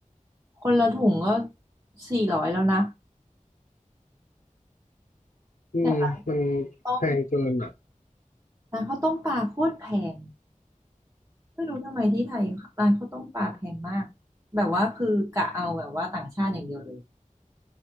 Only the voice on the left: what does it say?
อืมมัน
แพงเกินอ่ะ